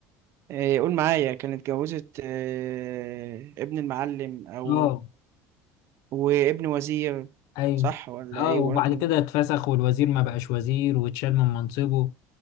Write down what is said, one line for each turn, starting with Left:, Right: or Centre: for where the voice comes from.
Right: آه، قول معايا كانت اتجوزت آه، ابن المعلم أو
Left: اه
Right: وابن وزير
Left: ايوه
Right: صح ولا
Left: اه
Right: ايه
Left: وبعد
Right: ولا انت
Left: كده اتفسخ والوزير ما بقاش وزير واتشال من منصبه